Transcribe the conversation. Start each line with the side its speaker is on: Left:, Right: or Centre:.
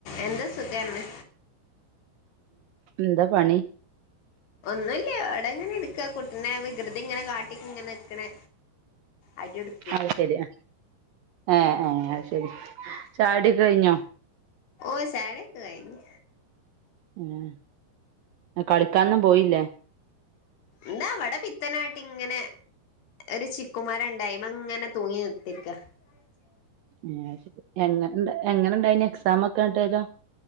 Left: എന്താ സുഖന്നെ.
Right: ന്താ പണി.
Left: ഒന്നുല്ല്യ ഇവടങ്ങനെ ഇരിക്കാ കുട്ടിനെ വികൃതി ഇങ്ങനെ കാട്ടി ഇങ്ങനെ നിക്കണെ. അടിയൊട്
Right: അത് ശെരിയാ ഏ ഏ അയ് ശരി ചായുടിക്കെ കഴിഞ്ഞോ?
Left: ഓ ചായൊട്യാെക്കെ കൈഞ്ഞ്.
Right: ഉം കളിക്കാനൊന്നും പോയില്ലെ?
Left: ഇതാ ഇവെടെ പിത്തനാട്ടി ഇങ്ങനെ. ഒരു ചിക്കു മരണ്ട് അയിമ്മെ ഇങ്ങനെ തൂങ്ങി കുത്തര്ക്ക. അച്ച
Right: ഏഹ്. അത് ശെരി. എങ്ങനെണ്ടായിനി എങ്ങനണ്ടായിന് എക്സാമൊക്കെ ഇങ്ങെട്ടേലൊ.